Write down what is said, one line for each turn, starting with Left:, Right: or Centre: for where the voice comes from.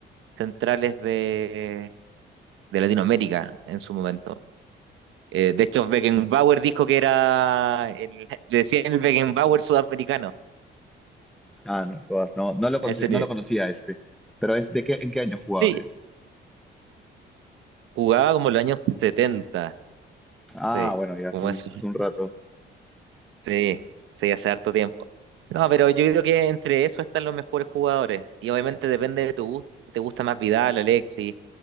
Right: centrales de, de Latinoamérica en su momento. Eh, de hecho, Beckenbauer dijo que era, el, <laughs> le decían el Beckenbauer sudamericano,
Centre: Ah, no, jodas, no, no lo, conce-
Right: a ese
Centre: no
Right: nivel.
Centre: lo conocía este. Pero es de qué, ¿en qué año jugaba
Right: Sí,
Centre: él?
Right: Jugaba como en los años 70,
Centre: Ah,
Right: sí,
Centre: bueno, ya hace
Right: como
Centre: un,
Right: eso.
Centre: hace un rato.
Right: Sí, sí, hace harto tiempo. No, pero yo creo que entre eso están los mejores jugadores. Y obviamente depende de tu gusto. si ¿Te gusta más Vidal, Alexis?